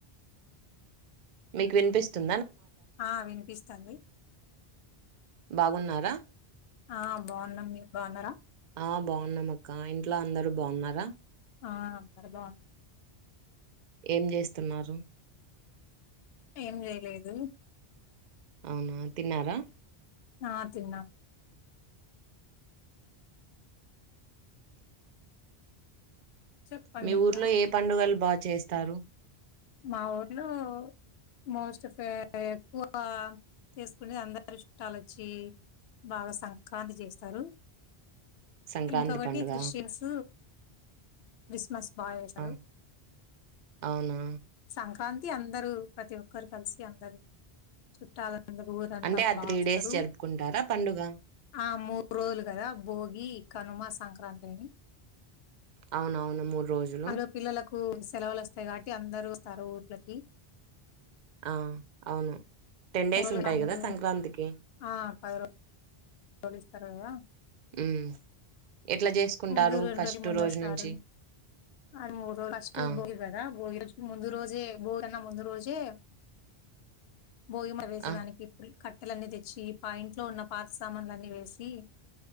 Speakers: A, on the right; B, on the left.
A: మీకు వినిపిస్తుం
B: ఆ వినిపిస్తంది
A: బాగున్నారా
B: ఆ బాగున్నాం మీరు బాగున్నారా
A: ఆ బాగున్నామక్క ఇంట్లో అందరు బాగున్నారా
B: ఆ అందరు బా
A: ఏం చేస్తున్నారు
B: ఏం చేయలేదు
A: అవునా తిన్నారా
B: ఆ తిన్నా చెప్పండి
A: మీ ఊర్లో
B: ఇంకా
A: ఏ పండుగలు బాగా చేస్తారు
B: మా ఊర్లో మోస్ట్ ఆఫ్ ఎక్కువ చేసుకునే అందరు చుట్టాలు వచ్చి బాగా సంక్రాంతి చేస్తారు
A: సంక్రాంతి
B: ఇంకొకటి
A: పండుగ
B: క్రిస్టియన్స్ క్రిస్మస్ బాగా చేశారు
A: ఆ అవునా
B: సంక్రాంతి అందరూ ప్రతి ఒక్కరు కలిసి అందరు చుట్టాల అందకు ఊరంతా
A: అంటే ఆ
B: బా
A: త్రీ
B: వస్తారు
A: డేస్ జరుపుకుంటారా పండుగ
B: ఆ మూడు రోజులు కదా భోగి కనుమ సంక్రాంతి అని
A: అవునవును మూడు రోజులు
B: అందులో పిల్లలకు సెలవులు వస్తాయి కాబట్టి అందరు వస్తారు ఊర్లకి
A: ఆ అవును టెన్ డేస్
B: మాములుగా
A: ఉంటాయి
B: అందరు
A: కదా సంక్రాంతికి
B: ఆ పది రో కొనిస్తారు కదా
A: ఉమ్ ఎట్లా చేసుకుంటారు
B: ముందు రెండు
A: ఫస్ట్
B: రోజుల ముందు
A: రోజు
B: వస్తారు
A: నుంచి
B: అది మూడు రోజులు ఫస్ట్
A: ఆ!
B: భోగి కదా భోగి రోజు ముందు రోజే భోగి కన్నా ముందు రోజే భోగి మ వేసే
A: ఆ!
B: దానికి క కట్టెలన్నీ తెచ్చి మా ఇంట్లో ఉన్నా పాత ఉన్న సామాన్ల అన్నీ వేసి